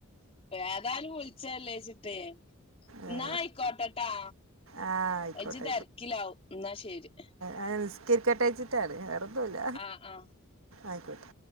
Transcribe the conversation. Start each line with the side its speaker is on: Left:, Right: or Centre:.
Left: ഏതാലും വിളിച്ച് ച്ച ല്ലേച്ചിട്ടേ
Right: ആ
Left: ന്നാ അയിക്കോട്ടെട്ടാ
Right: ആ ആയിക്കോട്ടെ
Left: ഇജ്ജ് തെരക്കിലാവും ഇന്നാ ശെരി
Right: ഏഹ നിസ്കരിക്കട്ടെച്ചിട്ടാണ് വേറൊന്നുല്ല
Left: ആഹ് ആഹ്
Right: ആയിക്കോട്ടെ